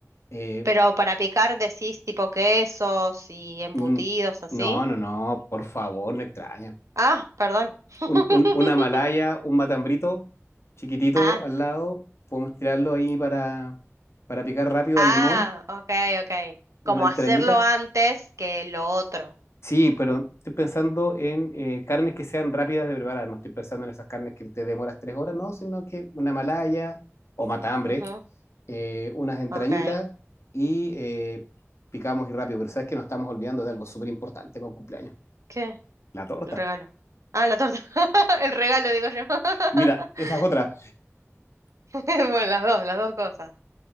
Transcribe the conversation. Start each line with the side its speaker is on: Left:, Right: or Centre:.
Left: Eh,
Right: Pero para picar decís tipo quesos y embutidos
Left: Mm,
Right: así.
Left: No, no, no, por favor, no extraña.
Right: Ah, perdón. <laughs>
Left: Un- un- una malaya, un matambrito chiquitito
Right: Ah,
Left: al lado, podemos tirarlo ahí para, para picar rápido
Right: ah,
Left: al limón,
Right: ok, ok. Como
Left: una entrañita.
Right: hacerlo antes que lo otro.
Left: Sí, pero estoy pensando en eh, carnes que sean rápidas de preparar, no estoy pensando en esas carnes que te demoras tres horas, no, sino que una malaya o matambre,
Right: Ujú,
Left: eh, unas entrañitas
Right: ok.
Left: y eh, picamos y rápido, pero sabes que nos estamos olvidando de algo súper importante para un cumpleaños,
Right: ¿Qué?
Left: la torta.
Right: El regalo. Ah, la torta. <laughs> El regalo, digo yo.
Left: Mira,
Right: <laughs>
Left: esa es otra.
Right: Bueno, las dos, las dos cosas.